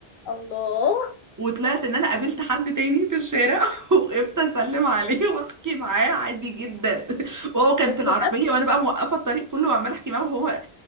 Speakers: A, on the left; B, on the right.
A: الله
B: وطلعت ان انا قابلت حد تاني في الشارع <laughs> وقفت اسلم عليه <laughs> واحكي معاه عادي جدا وهو كان
A: بس
B: في العربيه
A: نفس
B: وانا بقى موقفه الطريق كله وعماله احكي معاه وهو